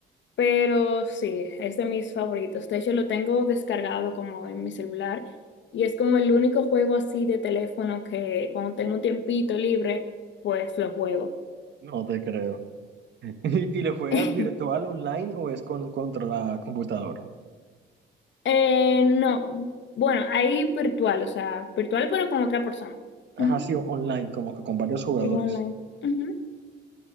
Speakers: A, on the left; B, on the right.
A: Pero sí, es de mis favoritos. De hecho, lo tengo descargado como en mi celular y es como el único juego así de teléfono que cuando tengo un tiempito libre, pues lo juego.
B: no te creo. <laughs> ¿Y, y lo juegas
A: <laughs>
B: virtual online o es con, contra la computadora?
A: Eh, no, bueno, ahí virtual, o sea, virtual pero con otra persona.
B: Ajá,
A: Ujú.
B: sí, online, como que con varios jugadores.
A: Sí, online. Ujú.